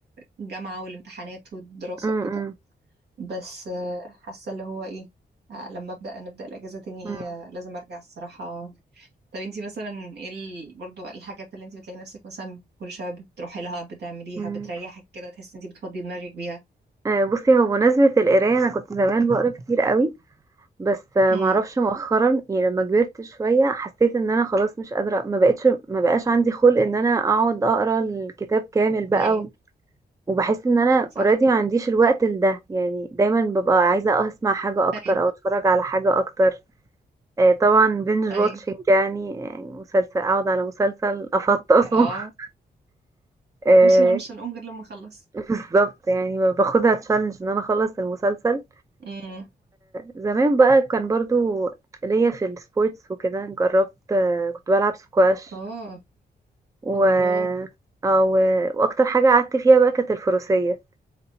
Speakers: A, on the right (about 80°); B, on the right (about 20°).
A: الجامعة والامتحانات والدراسة
B: إمم،
A: وكده
B: إمم،
A: بس آه، حاسة اللي هو ايه آه، لما ابدأ نبدأ الأجازة تاني
B: إمم،
A: آه، لازم ارجع الصراحة طب انتي مثلا ايه ال... برضو الحاجات اللي انتي بتلاقي نفسك مثلا كل شوية بتروحي لها بتعمليها
B: إمم.
A: بتريحك كده تحسي انتي بتفضي دماغك بيها
B: آآ بُصّي، هو بمناسبة القراية أنا كنت زمان باقرا كتير أوي، بس ما
A: امم
B: أعرفش مؤخرًا يعني لمّا كبرت شوية حسّيت إن أنا خلاص مش قادرة ما بقيتش ما بقاش عندي خُلْق إن أنا أقعد أقرا الكتاب كامل بقى
A: ايوه
B: و وباحس إن أنا
A: صح
B: already ما عنديش الوقت لده، يعني دايمًا بابقى عايزة أسمع حاجة أكتر
A: ايوه
B: أو أتفرّج على حاجة أكتر. آآ طبعًا binge
A: ايوه
B: watching يعني يعني مسلسل أقعد على مسلسل أفطّسه
A: اه
B: <laughs> آآ
A: مش مش هنقوم غير لما نخلص
B: بالضبط، يعني ب باخدها challenge إن أنا أخلّص المسلسل.
A: امم
B: فزمان بقى كان برضه ليّا في الsports وكده، جرّبت آه، كنت بالعب squash
A: اه
B: و
A: الله
B: آه، و وأكتر حاجة قعدت فيها بقى كانت الفروسية،